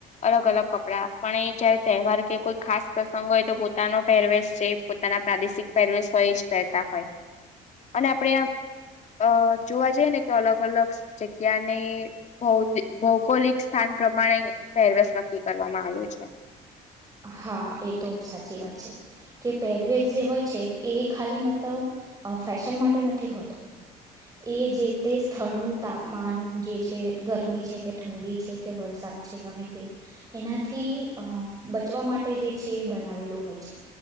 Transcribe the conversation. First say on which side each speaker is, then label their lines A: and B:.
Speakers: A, on the left; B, on the right.
A: અલગ અલગ કપડાં પણ એ જયારે તહેવાર કે કોઈ ખાસ પ્રસંગ હોય તો પોતાનો પહેરવેશ છે પોતાના પ્રાદેશિક પરવેશોય જ કહેતા હોય અને આપડેં અ જોવા જઈએ ને કે અલગ અલગ જગ્યાની ભૌ ભૌગોલિક સ્થાન પ્રમાણે પહેરવસ નક્કી કરવામાં આવ્યો છે
B: હા એ તો સાચી વાત છે કે પેરવેેશ જે હોય છે એ ખાલી મત અ ફેશન માટે નથી હોતો એ જે તે સ્થળનું તાપમાન જે છે ગરમી છે કે ઠંડી છે કે વરસાદ છે ગમે તે એનાથી અ બચવા માટે જે છે બનાવેલું હોય છે